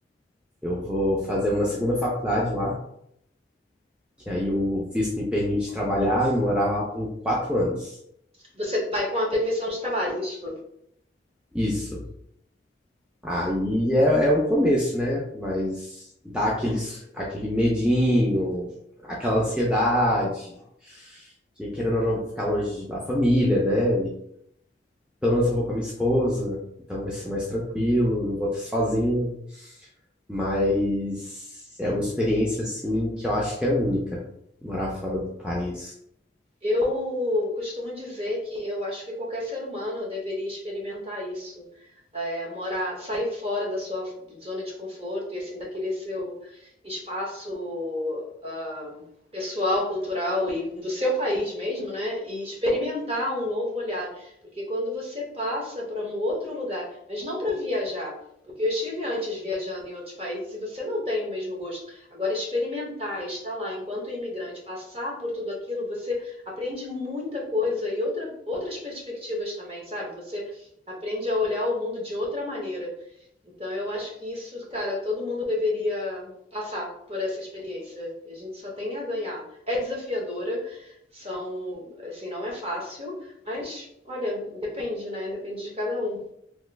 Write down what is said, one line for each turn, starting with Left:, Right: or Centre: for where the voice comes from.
Centre: Eu vou fazer uma segunda faculdade lá, que aí o visto me permite trabalhar e morar lá por quatro anos.
Right: Você vai com a permissão de trabalho, isso.
Centre: Isso. Aí é, é um começo, né? Mas dá aqueles, aquele medinho, aquela ansiedade, que querendo ou não, vou ficar longe da família, né? E pelo menos eu vou com a minha esposa, então vai ser mais tranquilo, não vou estar sozinho. Mas é uma experiência, assim, que eu acho que é única, morar fora do país.
Right: Eu costumo dizer que eu acho que qualquer ser humano deveria experimentar isso, É, morar, sair fora da sua zona de conforto e assim daquele seu espaço ah, pessoal, cultural e do seu país mesmo, né? E experimentar um novo olhar, porque quando você passa para um outro lugar, mas não para viajar, porque eu estive antes viajando em outros países e você não tem o mesmo gosto. Agora, experimentar, estar lá enquanto imigrante, passar por tudo aquilo, você Aprende muita coisa e outra, outras perspectivas também, sabe? Você aprende a olhar o mundo de outra maneira. Então, eu acho que isso, cara, todo mundo deveria passar por essa experiência. A gente só tem a ganhar. É desafiadora, são, assim, não é fácil, mas olha, depende, né? Depende de cada um.